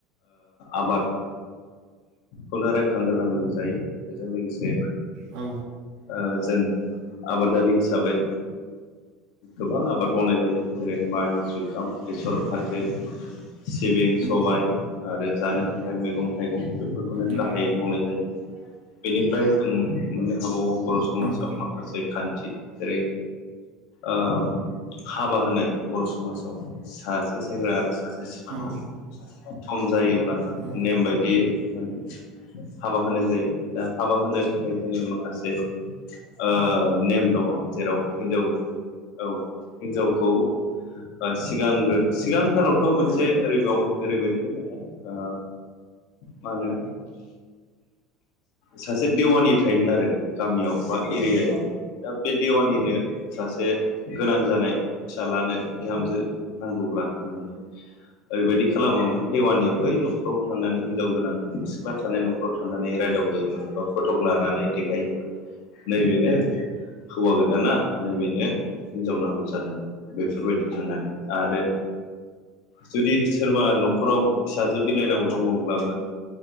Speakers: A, on the left; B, on the right.
A: आबाद खौनो रायखांग्रोनांगौ जायो बेजों लोगोसे
B: औ
A: ओ जों आबादारि हिसाबै गोबां आबाद मावनाय जायो जेरै माइ जुखाम बेसर फाथो सिबिं
B: नंगौ
A: सबाय आरो जानो थाखाय मैगं थाइगं फोरखौनो
B: नंगौ
A: गाहायै मावनाय जायो बेनिफ्राय जों मोननो हाबावो बर' समाजाव
B: नंगौ
A: माखासे खान्थि जेरै ओ हाबा होनाय बर' समाजाव सासे सेंग्रा आरो सासे सिख्लाखौ
B: औ
A: सम जायोब्ला
B: औ
A: नेम बायदियै माने हाबा होनाय जायो दा हाबा होनो थाखाय जोङो माखासे ओ नेम दङ जेराव हिनजाव औ हिन्जावखौ ओ सिगांग्रो सिगांथारावथ' मोनसे ओरैबाव ओरैबायदिमोन नोंथां ओ मा होनो सासे देवानि थायोमोन आरो गामियाव बा एरियायाव दा बे देवानिनो सासे गोनां जानाय फिसालानो बिहामजो नांगौब्ला माने ओरैबायदि खालामोमोन देवानियाव बै नखराव थांनानै हिनजाव गोनां सिख्ला थानाय नखराव थांनानै रायदावहैयोमोन बा फटग लानानै देखायहैयोमोन नैबेनो हौवा गोदाना नै बेनो हिनजाव नांगौ जादों बेफोरबायदि थांनानै आरो जुदि सोरबा नखराव फिसाजो बिलायनांगौ दङब्लाबो